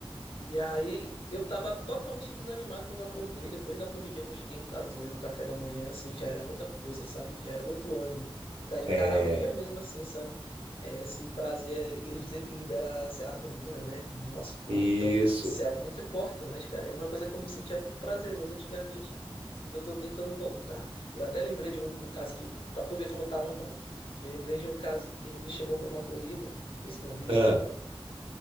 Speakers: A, on the left; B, on the right.
A: E aí eu tava totalmente desanimado quando eu acordei. Depois da corridinha que eu cheguei em casa, tomei meu café da manhã, assim, já era outra coisa, sabe? Já era outro ânimo pra encarar
B: É,
A: o dia mesmo, assim, sabe? É, esse prazer, eles dizem que libera serotonina, né, no nosso corpo.
B: isso.
A: Então, isso é muito importante, cara. É uma coisa que eu me sentia muito prazeroso antigamente, que eu tô tentando voltar. Eu até lembrei de um, um caso que, pra tu ver como eu tava mal. Eu lembrei de um caso, ele me chamou pra uma corrida, esse meu amigo,
B: Ah,
A: né?